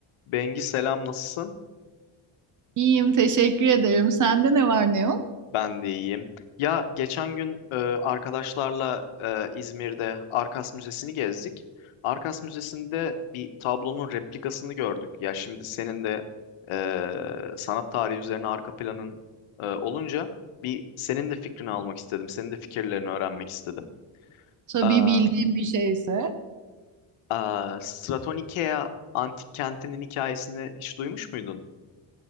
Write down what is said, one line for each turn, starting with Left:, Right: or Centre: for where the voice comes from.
Left: Bengi selam nasılsın?
Right: İyiyim, teşekkür ederim. Sende ne var ne yok?
Left: Ben de iyiyim. Ya geçen gün e, arkadaşlarla e, İzmir'de Arkas Müzesi'ni gezdik. Arkas Müzesi'nde bir tablonun replikasını gördük. Ya şimdi senin de e, sanat tarihi üzerine arka planın e, olunca bir senin de fikrini almak istedim. Senin de fikirlerini öğrenmek istedim.
Right: Tabii
Left: Aa,
Right: bildiğim bir şeyse.
Left: aa, Stratonikea antik kentinin hikayesini hiç duymuş muydun?